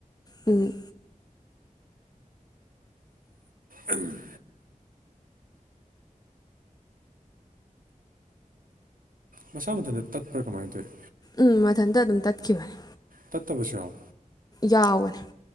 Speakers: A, on the left; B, on the right.
A: ꯎꯝ
B: ꯎꯝ ꯃꯁꯥ ꯃꯊꯟꯇ ꯇꯠꯄ꯭ꯔ ꯀꯃꯥꯏꯅ ꯇꯧꯏ
A: ꯎꯝ ꯃꯊꯟꯇ ꯑꯗꯨꯝ ꯇꯠꯈꯤꯕꯅꯤ
B: ꯇꯠꯇꯕꯁꯨ ꯌꯥꯎ
A: ꯌꯥꯎꯋꯅꯦ